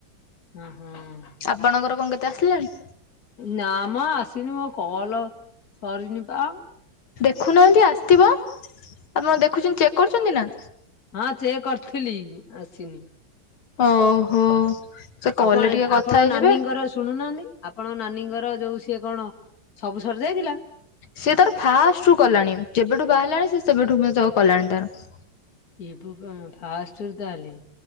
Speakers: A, on the left; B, on the left.
A: ହୁଁ ହୁଁ।
B: ଆପଣଙ୍କର କଣ କେତେ ଆସିଲାଣି?
A: ନାମ ଆସିନି ମୋ କଲ ସରିନି ପା ଆ।
B: ଦେଖୁନାହାନ୍ତି ଆସିଥିବ, ଆପଣ ଦେଖୁଛନ୍ତି ଚେକ୍ କରୁଛନ୍ତି ନା।
A: ହଁ ଚେକ କରିଥିଲି ଆସିନି।
B: ଓହୋ। ସେ କଲେ
A: ଆପଣ
B: ଟିକେ
A: ଏ
B: କଥା
A: ଆପଣ
B: ହେଇଯିବେ।
A: ନାନୀଙ୍କର ଶୁଣୁନାହାନ୍ତି ଆପଣ ନାନୀଙ୍କର ଯୋଉ ସିଏ କଣ ସବୁ ସରିଯାଇଥିଲା?
B: ସିଏ ତାର ଫାଷ୍ଟ ରୁ କଲାଣି ଯେବେଠୁ ବାହାରିଲାଣି ସେ ସେବେଠୁ ବି ତ କଲାଣି ତାର।
A: ଏ ଭଗବା ଫାଷ୍ଟରୁ ତାହେଲେ?